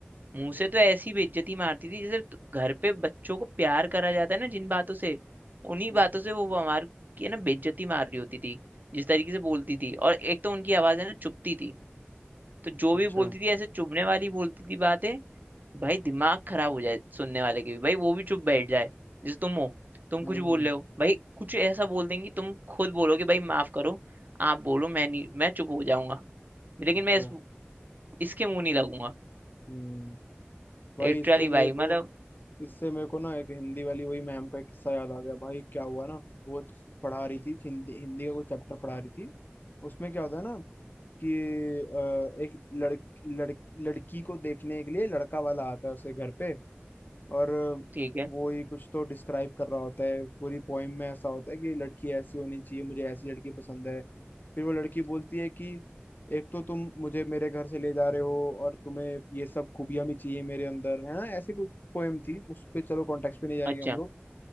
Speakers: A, on the right; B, on the left.
A: मुंह से तो ऐसी बेइज्जती मारती थी जैसे तु- घर पे बच्चों को प्यार करा जाता है ना जिन बातों से उन्हीं
B: हम्म,
A: बातों से वो हमारे की ना बेइज्जती मार रही होती थी जिस तरीके से बोलती थी और एक तो उनकी आवाज है ना चुभती थी तो जो
B: अच्छा
A: भी बोलती थी ऐसे चुभने वाली बोलती थी बातें भाई दिमाग खराब हो जाए सुनने वाले के भी भाई वो भी चुप बैठ जाए जैसे तुम हो तुम
B: हम्म
A: कुछ बोल रहे हो भाई कुछ ऐसा बोल देंगी तुम खुद बोलोगे भाई माफ करो आप बोलो मैं नहीं मैं चुप हो जाऊंगा लेकिन
B: अच्छा
A: मैं इस, इसके मुंह नहीं लगूंगा
B: हम्म भाई
A: लिटरली
B: इससे मेरे
A: भाई
B: को
A: मतलब
B: इससे मेरे को ना एक हिंदी वाली वही मैम का एक किस्सा याद आ गया भाई क्या हुआ ना वो पढ़ा रही थी हिंदी हिंदी का कोई चैप्टर पढ़ा रही थी उसमें क्या होता है ना कि अ, एक लड़, लड़ लड़की को देखने के लिए लड़का वाला आता है उसके घर पे और
A: ठीक है
B: वो ही कुछ तो डिस्क्राइब कर रहा होता है पूरी पोइम में ऐसा होता है कि लड़की ऐसी होनी चाहिए मुझे ऐसी लड़की पसंद है फिर वो लड़की बोलती है कि एक तो तुम मुझे मेरे घर से ले जा रहे हो और तुम्हें ये सब खूबियां भी चाहिए मेरे अंदर है ना ऐसी कुछ पोएम थी उस पे चलो कॉन्टेक्स्ट पे नहीं जाएंगे
A: अच्छा
B: हम लोग